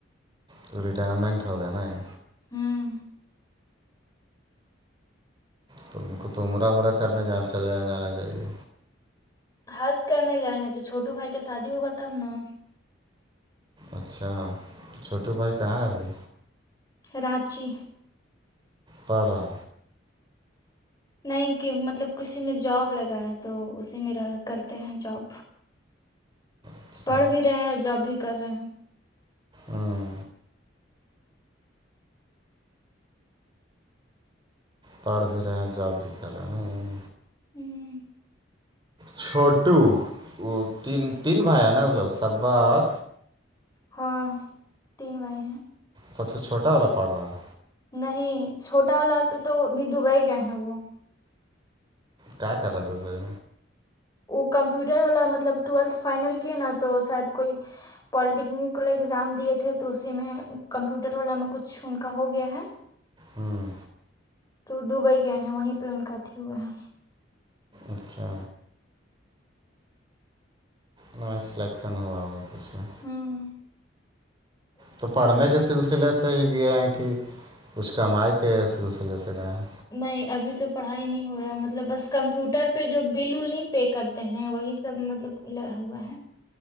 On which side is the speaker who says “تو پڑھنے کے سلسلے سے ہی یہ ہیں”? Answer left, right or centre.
Right